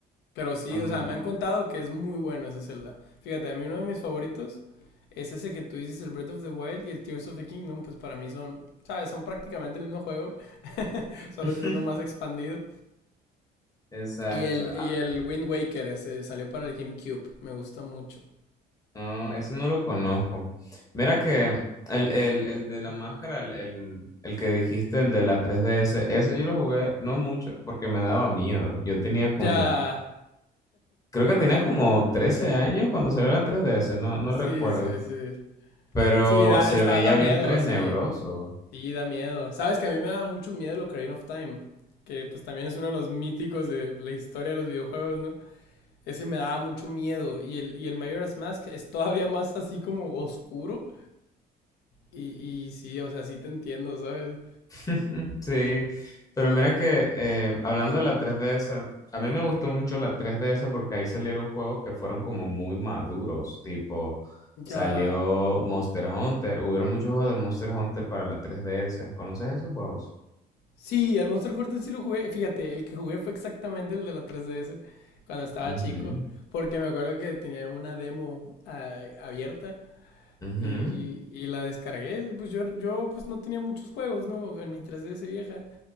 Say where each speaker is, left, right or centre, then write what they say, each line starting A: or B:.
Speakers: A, on the left (about 80°); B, on the left (about 20°).
A: pero sí,
B: Am-
A: o sea, me han contado que es muy bueno ese Zelda. Fíjate, a mí uno de mis favoritos es ese que tú dices, el Breath of the Wild y el Tears of the Kingdom, pues para mí son, ¿sabes? Son prácticamente el mismo juego, <laughs> solo
B: <laughs>
A: que uno más expandido.
B: exacto.
A: Y el, y el Wind Waker ese salió para el GameCube. Me gusta mucho.
B: No, ese no lo conozco. Mira que el, el, el de la máscara, el, el, el que dijiste, el de la tres D S, ese yo lo jugué no mucho porque me daba miedo. Yo tenía como,
A: Ya.
B: creo que tenía como 13 años cuando salió la tres D S, no, no
A: Sí,
B: recuerdo.
A: sí, sí.
B: Pero
A: Sí, da,
B: se
A: está,
B: veía
A: da miedo,
B: bien tenebroso.
A: sí. Sí, da miedo. Sabes que a mí me da mucho miedo lo Ocarina of Time. Que pues también es uno de los míticos de la historia de los videojuegos, ¿no? Ese me daba mucho miedo. Y el, y el Majora's Mask es todavía más así como oscuro. Y, y sí, o sea, sí te entiendo, ¿sabes?
B: Mm, Sí, pero mira que eh, hablando de la 3DS, a mí me gustó mucho la 3DS porque ahí salieron juegos que fueron como muy maduros, tipo salió
A: Ya.
B: Monster Hunter, hubieron muchos juegos de Monster Hunter para la 3DS, ¿conoces esos juegos?
A: Sí, al Monster Hunter sí lo jugué. Fíjate, el que jugué fue exactamente el de la 3DS cuando estaba
B: Ujú,
A: chico. Porque me acuerdo que tenía una demo ah, abierta
B: ujú,
A: y, y la descargué. Pues yo, yo pues no tenía muchos juegos, ¿no? En mi 3DS vieja